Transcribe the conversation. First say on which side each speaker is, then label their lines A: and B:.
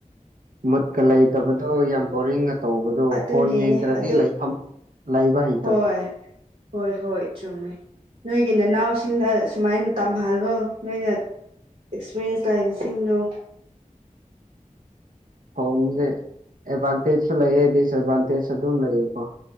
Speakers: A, on the right (about 85°); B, on the right (about 60°).
A: ꯃꯨꯠꯀ ꯂꯩꯇꯕꯗꯣ ꯌꯥꯝ ꯕꯣꯔꯤꯡꯒ ꯇꯧꯕꯗꯣ
B: ꯑꯗꯨꯒꯤꯅꯤ
A: ꯐꯣꯟ ꯌꯦꯡꯗ꯭ꯔꯗꯤ
B: ꯑꯗꯨ
A: ꯂꯩꯐꯝ ꯂꯩꯕ ꯍꯩ
B: ꯍꯣꯏ ꯍꯣꯏ ꯍꯣꯏ ꯆꯨꯝꯃꯦ ꯅꯣꯏꯒꯤ ꯏꯅꯥꯎꯁꯤꯡꯗ ꯁꯨꯃꯥꯏꯅ ꯇꯝꯍꯜꯂꯣ ꯅꯣꯏꯅ ꯑꯦꯛꯁꯄꯤꯔꯤꯌꯦꯟꯁ ꯂꯩꯕꯁꯤꯡꯗꯣ
A: ꯐꯣꯟꯁꯦ ꯑꯦꯗꯚꯥꯟꯇꯦꯖꯁꯨ ꯂꯩꯌꯦ ꯗꯤꯁꯑꯦꯠꯚꯥꯟꯇꯦꯖ ꯑꯗꯨꯝ ꯂꯩꯌꯦꯀꯣ